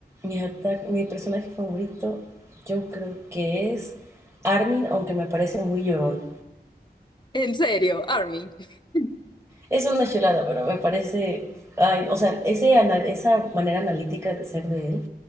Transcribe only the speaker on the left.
¿En serio, Armin? <laughs>